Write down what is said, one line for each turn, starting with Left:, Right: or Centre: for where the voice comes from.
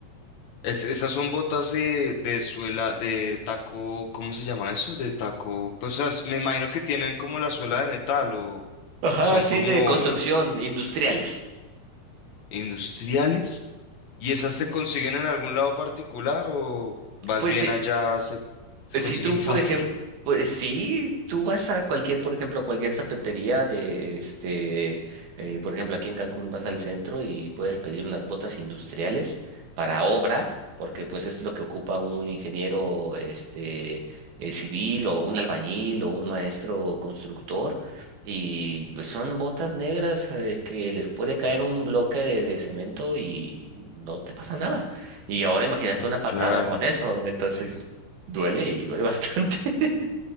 Left: es- esas son botas eh, de suela, de taco, ¿cómo se llama eso? De taco. Pues o sea, me imagino que tienen como la suela de metal o
Right: Ajá,
Left: son
Right: sí
Left: como
Right: de construcción, industriales.
Left: industriales. ¿Y esas
Right: Ujú.
Left: se consiguen en algún lado particular o vas
Right: Pues
Left: bien allá, se, se
Right: Eh,
Left: consiguen
Right: Si tú, por
Left: <laughs> fácil?
Right: ejemplo, pues sí, tú vas a cualquier, por ejemplo, a cualquier zapatería de este, eh, por ejemplo, aquí en Cancún vas al centro y puedes pedir unas botas industriales para obra, porque pues es lo que ocupa un ingeniero este eh, civil o un albañil o un maestro constructor. Y pues son botas negras eh, que les puede caer un bloque de, de cemento y no te pasa nada. Y ahora imagínate
Left: Ah,
Right: una patada
Left: Claro,
Right: con eso, entonces. Duele y duele bastante. <laughs>